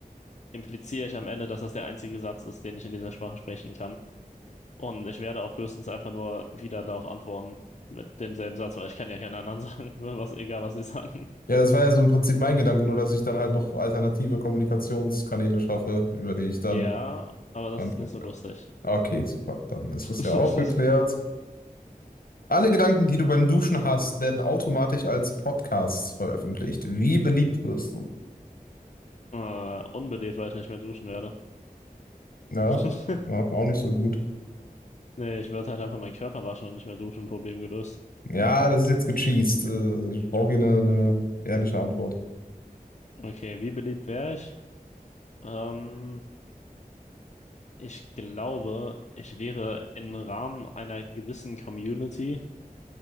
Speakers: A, on the left; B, on the left.
A: impliziere ich am Ende, dass das der einzige Satz ist, den ich in dieser Sprache sprechen kann. Und ich werde auch höchstens einfach nur wieder darauf antworten mit demselben Satz, weil ich kann ja keinen anderen sagen, <laughs> was, egal was sie sagen.
B: Ja, das war ja so im Prinzip mein Gedanke, nur dass ich dann halt noch alternative Kommunikationskanäle schaffe, über die ich dann
A: Ja, aber das
B: antworten
A: ist nicht so
B: kann.
A: lustig.
B: Okay, super, dann ist
A: <laughs>
B: das ja auch geklärt. Alle Gedanken, die du beim Duschen hast, werden automatisch als Podcasts veröffentlicht. Wie beliebt wirst du?
A: Äh, unbelebt, weil ich nicht mehr duschen werde.
B: Ja,
A: <laughs>
B: ja, auch nicht so gut.
A: Nee, ich würde halt einfach meinen Körper waschen und nicht mehr duschen, Problem gelöst.
B: Ja, das ist jetzt gecheast. Äh, Ich brauche hier eine, eine ehrliche Antwort.
A: Okay, wie beliebt wäre ich? Ähm, ich glaube, ich wäre im Rahmen einer gewissen Community